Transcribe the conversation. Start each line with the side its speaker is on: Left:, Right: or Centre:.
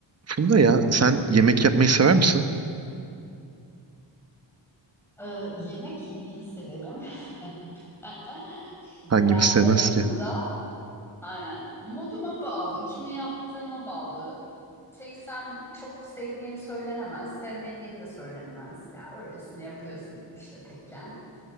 Right: Funda ya sen yemek yapmayı sever misin?
Centre: Ee, yemek yemeyi severim. <laughs>
Right: Hangimiz
Centre: Yani
Right: sevmez
Centre: yaparım
Right: ki?
Centre: da aynen moduma bağlı, kimi yaptığıma bağlı. Seksem çok sevdiğim söylenemez, sevmediğim de söylenemez. Ya öylesine yapıyorsun işte tekken.